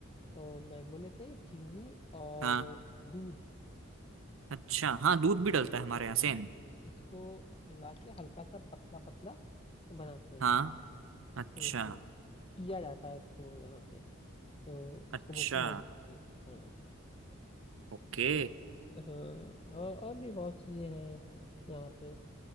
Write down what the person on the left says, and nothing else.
तो मैंगो लेते हैं चीनी और
दूध
इसको मिला के हल्का सा पतला पतला बनाते हैं
तो वो पिया जाता है इसको यहाँ पे तो उसको
बोलते हैं मैंगो शेक हाँ
बस, हाँ और और भी बहुत चीजें हैं यहाँ पे